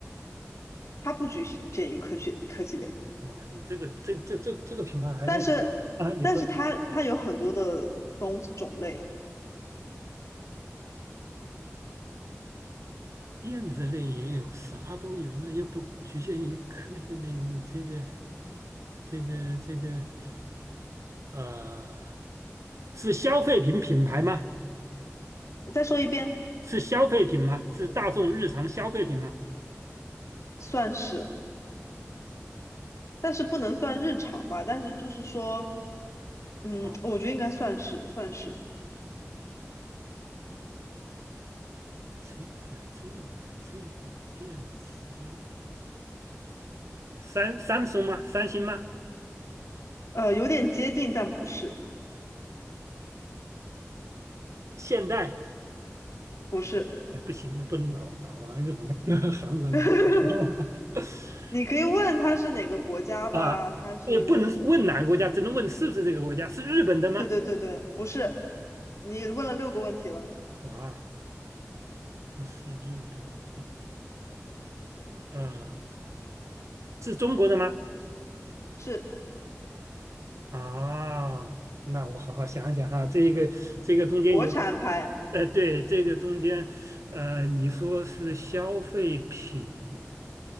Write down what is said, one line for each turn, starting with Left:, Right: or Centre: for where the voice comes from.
Left: 它不局限于科技类，科技类，
Right: 哇，你这个这这这这个品牌还在
Left: 但是但是它它有很多的东种类。
Right: 啊？你说电子类也有，啥都有，那又不局限于科技类，你这个这个这个呃，是消费品品牌吗？
Left: 再说一遍，
Right: 是消费品吗？是大众日常消费品吗？
Left: 算是，但是不能算日常吧？但是就是说，嗯，
Right: 啊。
Left: 我觉得应该算是算是，
Right: 这个这个这个电子类，三三星吗？三星吗？
Left: 呃，有点接近，但不是，
Right: 现代？
Left: 不是，
Right: 哎，不行，那不能老老往日本那 <laughs> 韩国那
Left: <laughs>
Right: <laughs>
Left: 你可以问他是哪个国家的啊他是，
Right: 啊，也不能问哪个国家，只能问是不是这个国家，是日本的吗？
Left: 对对对对，不是，你问了六个问题了，
Right: 啊，不是日本的，呃，是中国的吗？
Left: 是
Right: 啊，那我好好想想啊，这个这个中间有，
Left: 国产牌，
Right: 呃，对，这个中间，呃，你说是消费品，